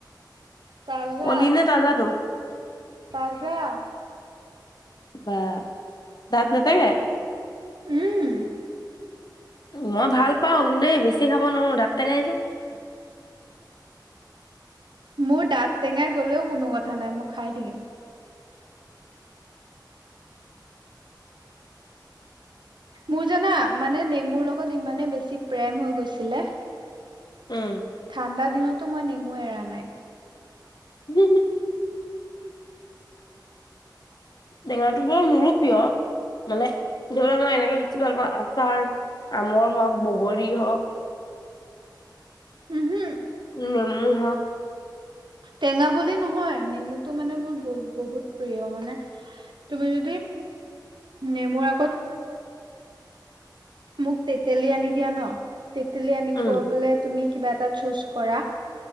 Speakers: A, on the right; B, on the left.
A: তাজা
B: কলি নে তাজাটো?
A: তাজা,
B: বাহ দাদ নতে গাই,
A: উম।
B: মই ভাল পাও কিন্তু বেছি খাব নোৱাৰো দাঁত টেঙাই যে,
A: উম। মোৰ দাঁত টেঙাই গ'লেও কোনো কথা নাই মই খাই থাকিম। মোৰ জানা মানে নেমুৰ লগত ইমানে বেছি প্ৰেম হৈ গৈছিলে।
B: উম।
A: ঠাণ্ডা দিনতো মই নেমু এৰা নাই,
B: হম হ টেঙাটো বৰ মোৰো প্ৰিয় মানে ধৰি ল মই এনেকে বেছি ভাল পাওঁ আচাৰ, আমৰ হওক বগৰী হওক
A: উম হুম
B: নেমু হওক
A: টেঙা বুলি নহয় নেমুতটো মানে মোৰ বুত বহুত প্ৰিয় মানে তুমি যদি নেমুৰ আগত, মোক তেতেলি আনি দিয়া ন তেতেলি আনি
B: উম,
A: কৈ বোলে তুমি, কিবা এটা চুজ কৰা